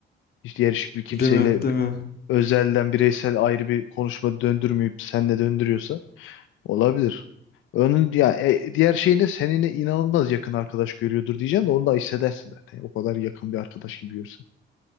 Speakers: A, on the left; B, on the left.
A: Hiç diğer hiçbir kimseyle
B: Değil mi? Değil mi?
A: özelden bireysel ayrı bir konuşma döndürmeyip senle döndürüyorsa olabilir. Onun ya e, diğer şey ne? Seninle inanılmaz yakın arkadaş görüyordur diyeceğim de onu da hissedersin zaten. O kadar yakın bir arkadaş gibi görürsün.